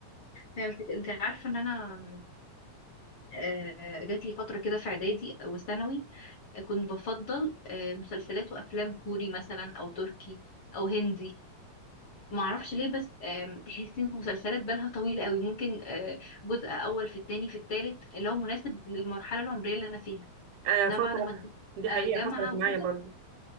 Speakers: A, on the left; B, on the right.
A: فهمت انت عارفة ان انا آه، جاتلي فترة كده في إعدادي وثانوي كنت بفضل آه، مسلسلات وأفلام كوري مثلا أو تركي أو هندي معرفش ليه بس آم، تحسي ان المسلسلات بالها طويلة قوي ممكن آه، جزء أول في التاني في التالت اللي هو مناسب للمرحلة العمرية اللي أنا فيها
B: آه
A: إن
B: فتره
A: انا بعد ما كبرت
B: دي
A: آه،
B: حقيقه
A: جامعه
B: حصلت
A: وكده
B: معايا برضو